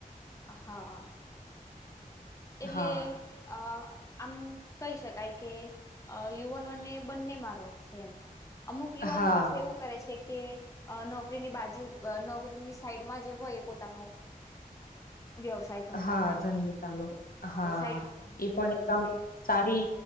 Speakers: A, on the left (about 20°); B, on the left (about 80°).
A: અહા. એટલે
B: હા
A: અ આમ, કહી શકાય કે, અ યુવાનોને બંને માં રસ છે એમ. અમુક યુવાનો
B: હા
A: પછી એવું કરે છે કે, અ નોકરીની બાજુ, નોકરીની સાઈડમાં જે હોય એ પોતાનો
B: <inaudible>
A: વ્યવસાય કરતા
B: હા
A: <inaudible> છે.
B: <unintelligible> હા,
A: અ સાઈડ બિઝનેસ
B: એ
A: કહેવાય
B: પણ એકદમ,
A: જેને
B: સારી,